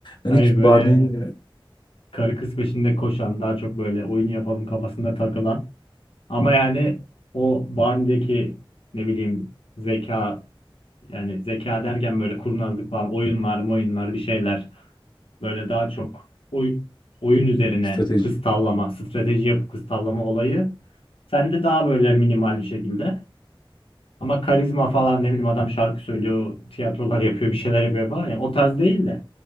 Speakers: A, on the left; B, on the left.
A: Ben
B: Hayır
A: hiç
B: böyle
A: Barney'nin
B: yani karı kız peşinde koşan, daha çok böyle oyun yapalım kafasında takılan. Ama yani o Barney'deki ne bileyim zeka yani zeka derken böyle kurnazlık falan oyunlar, oyunlar bir şeyler. Böyle daha çok oy, oyun üzerine
A: strateji
B: kız tavlama, strateji yapıp kız tavlama olayı. Sen de daha böyle minimal bir şekilde. Ama karizma falan ne bileyim adam şarkı söylüyor, tiyatrolar yapıyor, bir şeyler yapıyor falan. Yani o tarz değil de